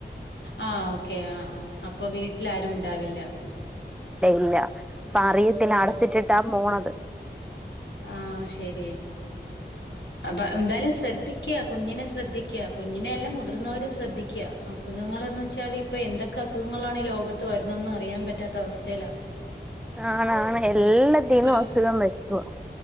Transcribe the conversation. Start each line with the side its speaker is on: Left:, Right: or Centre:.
Left: ആഹ് ഓക്കെ ആ ആ അപ്പൊ വീട്ടിൽ ആരും ഉണ്ടാവില്ല
Centre: ല്ല അപ്പ അറിയത്തില്ല
Left: ഉം, ഉം.
Centre: അടച്ചിട്ടിട്ടാ പോണത്
Left: ആഹ് ശരി അപ്പൊ എന്തായാലും ശ്രദ്ധിക്കാ കുഞ്ഞിനെ ശ്രദ്ധിക്ക കുഞ്ഞിനെല്ല എല്ലാം മുതിർന്നവരും ശ്രദ്ധിക്ക അസുഖങ്ങള്ന്ന് വെച്ചാൽ ഇപ്പൊ എന്തൊക്കെ അസുഖങ്ങളാണ് ഈ ലോകത്ത് വരുന്നതെന്ന് അറിയാൻ പറ്റാത്ത അവസ്ഥയിലാ
Centre: ആണ് ആണ് എല്ലാതീന്നും
Left: ഒരു ഒരു
Centre: അസുഖം വ രുത്തും